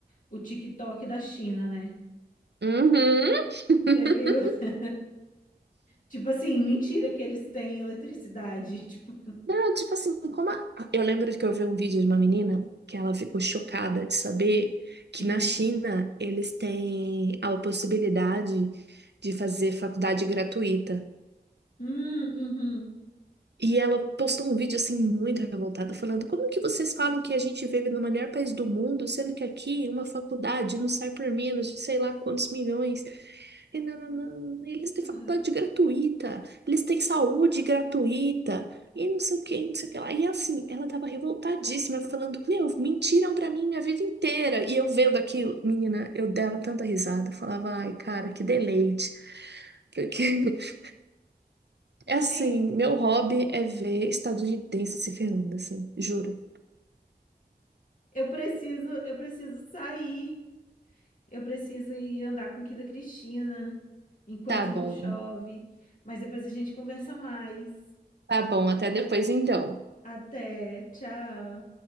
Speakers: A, on the left (about 50°); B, on the right (about 80°).
A: o TikTok da China, né?
B: Uhum. <laughs>
A: Você viu? <laughs> Tipo assim, mentira que eles têm eletricidade. <laughs> Tipo,
B: Não, tipo assim, como a- eu lembro que eu vi um vídeo de uma menina que ela ficou chocada de saber que
A: hum,
B: na China eles têm a possibilidade de fazer faculdade gratuita.
A: hum, uhum,
B: E ela postou um vídeo assim muito revoltada, falando: Como que vocês falam que a gente vive no melhor país do mundo, sendo que aqui uma faculdade não sai por menos de sei lá quantos milhões? E não, não, não, Eles têm
A: aham.
B: faculdade gratuita, eles têm saúde gratuita, e não sei o que, não sei o que lá. E assim, ela tava revoltadíssima, falando: Meu, mentiram pra mim minha vida inteira. E eu vendo aquilo, menina, eu dava tanta risada, falava: Ai, cara, que deleite. Porque <laughs> É assim,
A: Hein,
B: meu hobby é ver estadunidense se ferrando, assim, juro.
A: eu preciso, eu preciso sair. Eu preciso ir andar com o Kida Cristina enquanto
B: Tá bom,
A: não chove. Mas depois a gente conversa mais.
B: tá bom, até depois então.
A: Até, tchau.